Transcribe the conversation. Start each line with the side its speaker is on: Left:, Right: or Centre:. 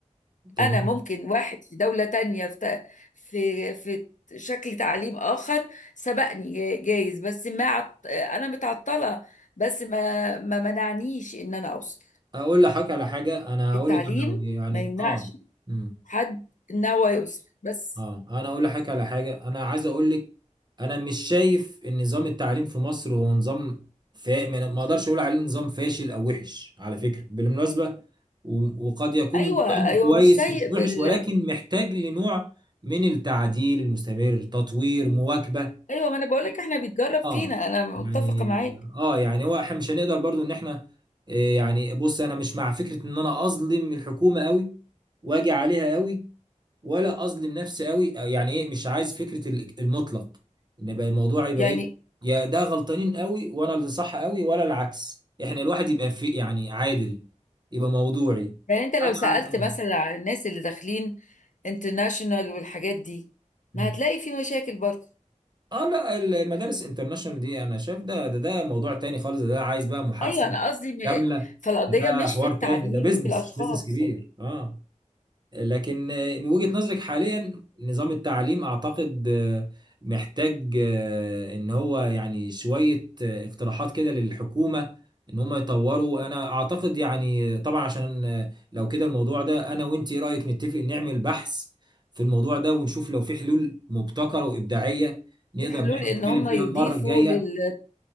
Right: تمام
Left: انا ممكن واحد في دولة تانية في ت- في في شكل تعليم اخر سبقني جايز بس ما عط... انا متعطلة بس ما ما منعنيش ان انا اوصل
Right: اقول لحضرتك على حاجة انا
Left: التعليم
Right: هقول لك على- يعني
Left: ما يمنعش
Right: اه مم.
Left: حد ان هو يوصل بس
Right: اه انا اقول لحضرتك على حاجه انا عايز اقول لك انا مش شايف ان نظام التعليم في مصر هو نظام فا... ما ما اقدرش اقول عليه نظام فاشل او وحش على فكره بالمناسبه و... وقد يكون
Left: ايوه
Right: نظام
Left: ايوه
Right: كويس
Left: مش سيء
Right: مش وحش
Left: بال
Right: ولكن محتاج لنوع من التعديل المستمر تطوير مواكبه
Left: ايوه ما انا بقول لك احنا بيتجرب فينا
Right: اه
Left: انا متفقه
Right: يعني
Left: معاك
Right: اه يعني هو احنا مش هنقدر برضو ان احنا آه، يعني بص انا مش مع فكره ان انا اظلم الحكومه قوي واجي عليها قوي ولا اظلم نفسي قوي يعني ايه مش عايز فكره ال- المطلق ان يبقى الموضوع يبقى
Left: يعني
Right: ايه يا ده غلطانين قوي وانا اللي صح قوي ولا العكس احنا الواحد يبقى في يعني عادل يبقى موضوعي
Left: يعني انت لو
Right: انا
Left: سالت
Right: ع- اه
Left: مثلا على الناس اللي داخلين انترناشونال والحاجات دي
Right: مم.
Left: ما هتلاقي في مشاكل برضه
Right: آه، لا المدارس انترناشونال دي انا شايف ده ده ده موضوع تاني خالص ده, ده عايز بقى محادثه
Left: ايوه انا قصدي م...
Right: كامله
Left: فالقضيه
Right: ده,
Left: مش
Right: ده حوار
Left: في التعليم
Right: تاني ده بيزنس
Left: في الاشخاص
Right: بيزنس كبير اه لكن آه، من وجهة نظرك حاليا نظام التعليم اعتقد آه، محتاج آه، ان هو يعني شوية آه، اقتراحات كده للحكومة ان هم يطوروا انا اعتقد يعني طبعا عشان آه، لو كده الموضوع ده انا وانت ايه رأيك نتفق نعمل بحث في الموضوع ده ونشوف لو في حلول مبتكرة وابداعية نقدر
Left: في حلول
Right: ان احنا
Left: ان
Right: نتكلم
Left: هم
Right: فيها
Left: يضيفوا
Right: المرة الجاية
Left: لل